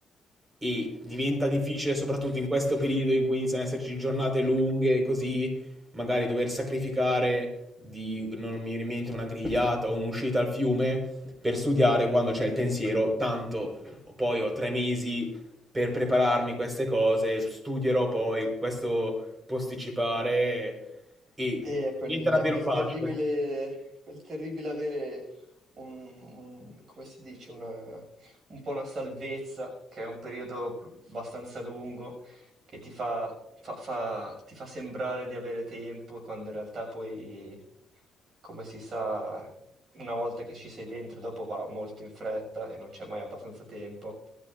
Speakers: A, on the right (about 20°); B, on the right (about 55°).
A: e diventa difficile soprattutto in questo periodo in cui iniziano ad esserci giornate lunghe, così magari dover sacrificare di, non mi viene in mente, una grigliata o un'uscita al fiume per studiare quando c'è il pensiero, tanto poi ho tre mesi per prepararmi queste cose, studierò poi questo posticipare e
B: E è quel,
A: diventa davvero
B: è quel
A: facile.
B: terribile, quel terribile avere un, un- come si dice, una- un po' una salvezza, che è un periodo pr- abbastanza lungo, che ti fa, fa- fa- ti fa sembrare di avere tempo, quando in realtà poi, come si sa, una volta che ci sei dentro, dopo va molto in fretta e non c'è mai abbastanza tempo.